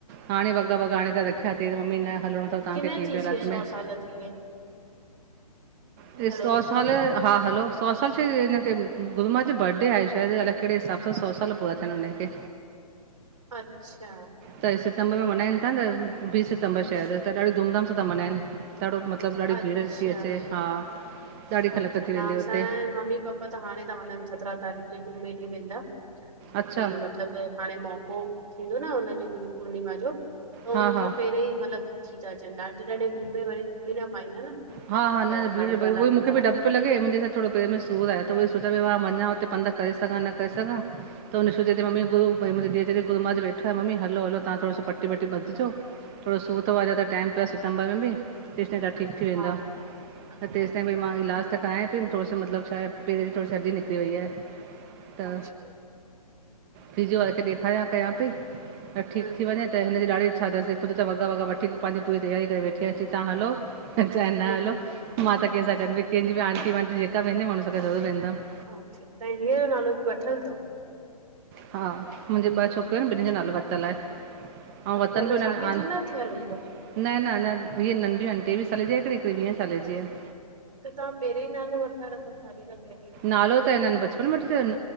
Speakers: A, on the right (about 25°); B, on the right (about 55°).
A: हाणे वॻा वॻा आणे त रखिया तईं मम्मी न हलणो तव तांखे
B: किन
A: के
B: चीज
A: ॿि हालत
B: खे सौ
A: में
B: साल थी विया आहिनि
A: टे
B: हलो
A: सौ साल हा हलो सौ साल शइ हिनखे गुरूमां जो बरॾे आहे शायदि अलाए कहिड़े हिसाब सां सौ साल पूरा थियनि हुनखे।
B: अच्छा
A: त ही सितंबर में मनायेन था न बीस सितंबर शायद त ॾाडी धूमधाम सां था मनायेन ॾाढो मत मतलब ॾाडी
B: अच्छा
A: भीड़ थी अचे हा ॾाढी
B: अच्छा
A: ख़लक
B: न
A: थी वेंदी
B: असांया
A: हुते
B: मम्मी पाप पा त हाणे तां वनन सतरा तारीख जे जूमें ॾींह वेंदा की-
A: अच्छा
B: मतलब हाणे मौकों थींदो न हुनजों गुरु पुर्णिमा जो अउ
A: हा
B: उनखा
A: हा
B: पहेरेई मतलब थी था अचन ॾाडीं ॾाॾीं भीड़ में वरी घुमी न पाईंदा न
A: हा-हा न,
B: त
A: न भीड़
B: हाणे
A: भई
B: वञनि
A: ओइ मुखे
B: था
A: भी ड्रप पयो लगे मुंहजे थोड़ो पेर में सु तु‌ बुधाय त उहोई सोचा पई मा वंना उते पंध करे सघा न करे सघा त निशू
B: हम्म
A: चयति मम्मी गुरू उहोई मुहिंजो धीय चयति गुरू माॅं अज वेठा है मम्मी हल्लो हल्लो तहां थोरो सो पट पट
B: हम्म
A: वट बधजों थोडों सूर तव अञा
B: हम्म
A: त टाइम तस सितंबर में तेस ताई ता ठीक थी वेंदा
B: हा हा
A: त तेस ताई भई मां ईलाज त कराया पई थोड़ो सो मतलब छा ए पेर जीथोड़ी सी हॾॾी निकरी वई आहे त
B: अच्छा
A: फिजीयों वारे खे ॾेखारया कया पई त ठीक
B: हम्म
A: थी
B: हम्म
A: वने त हिनजी ॾाॾी इच्छा तस खुद त वगा वगा वठी पांजी पूरी तैयारी करे वेठी आ चई तां हलो ता चाहे न
B: हम्म
A: हलो मां त कंहिंसा
B: हा
A: गॾ भी कहिंजी भी आंटी वांटी जेका वेंदम मा उनसा गॾ ज़रूर वेंदम
B: अच्छा तहाई धीअ यो नालो भी वठल तव
A: हा मुहिंजे ब छोक पर
B: अच्छा
A: बिनिन ॼो नालो वर्तल आहे अउ वतन
B: त अञा
A: भी हुनन
B: शादी
A: आन
B: जो न
A: न,
B: थियल हूंदो
A: न अञा वीह नंढ़यू आहिन टेवीह साले जी आहे हिकड़ी वीह साले ॼी आ
B: त तहां पेरेई नालो वठराय रखव शादी खां पहिरियों ई
A: नालो त हिनन बचपन में वठी छॾन,